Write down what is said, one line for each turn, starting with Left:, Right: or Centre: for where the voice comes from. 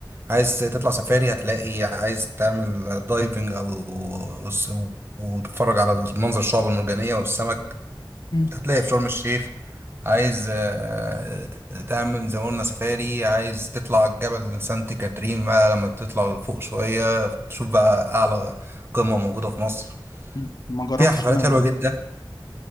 Right: عايز تطلع سفاري هتلاقي عايز تعمل دايفنج او وس- وتتفرج على المنظر الشعب المرجانية والسمك
Left: مم.
Right: هتلاقي في شرم الشيخ عايز آه، آه، تعمل زي ما قلنا سفاري عايز تطلع جبل سانت كاترين بقى لما تطلع لفوق شوية تشوف بقى أعلى قمة موجودة في مصر
Left: مم. ما جربتش
Right: فيها حفلات
Left: لا
Right: حلوة
Left: لا.
Right: جدا